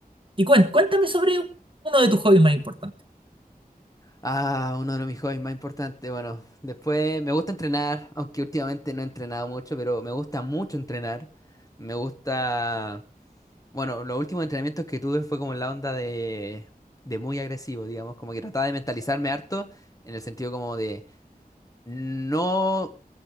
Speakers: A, on the right; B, on the left.
A: Y cuen- cuéntame sobre uno de tus hobbies más importantes.
B: Ah, uno de mis hobbies más importantes. Bueno, después me gusta entrenar, aunque últimamente no he entrenado mucho, pero me gusta mucho entrenar. Me gusta... Bueno, los últimos entrenamientos que tuve fue como en la onda de, de muy agresivo, digamos, como que trataba de mentalizarme harto en el sentido como de no